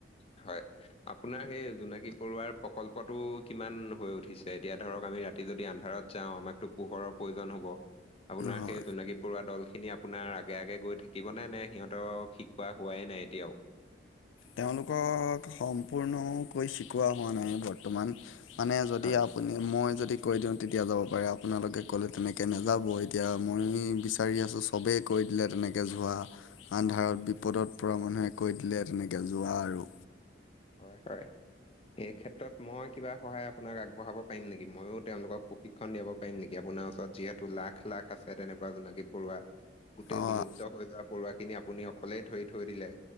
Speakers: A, on the left (about 30°); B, on the left (about 80°).
A: হয়। আপোনাৰ সেই জোনাকী পৰুৱাৰ প্ৰকল্পটো কিমান হৈ উঠিছে, এতিয়া ধৰক আমি ৰাতি যদি আন্ধাৰত যাওঁ আমাকতো পোহৰৰ প্ৰয়োজন হ'ব, আপোনাৰ
B: হয়
A: সেই জোনাকী পৰুৱা দল খিনি আপোনাৰ আগে আগে গৈ থাকিব নে-নে, সিহঁতক শিকোৱা হোৱাই নাই এতিয়াও।
B: তেওঁলোকক সম্পূৰ্ণকৈ সিকোৱা হোৱা নাই বৰ্তমান, মানে যদি
A: হয়,
B: আপুনি মই যদি কৈ দিওঁ তেতিয়া যাব পাৰে আপোনালোকে ক'লে তেনেকে নেযাব, এতিয়া মই বিচাৰি আছোঁ চবে কৈ দিলে তেনেকে যোৱা, আন্ধাৰত বিপদত পৰা মানুহে কৈ দিলে তেনেক কে যোৱা আৰু।
A: হয় -হয়। এই ক্ষেত্ৰত মই কিবা সহায় আপোনাক আগবঢ়াব পাৰিম নেকি, মইয়ো তেওঁলোকক প্ৰশি খন দিয়াব পাৰিম নেকি আপোনাৰ ওচৰত যিহেতু লাখ -লাখ আছে তেনেকুৱা জোনাকী পৰুৱা। গোটেই
B: অঁ
A: বিলুপ্ত হৈ যোৱা পৰুৱাখিনি আপুনি অকলেই ধৰি থৈ দিলে।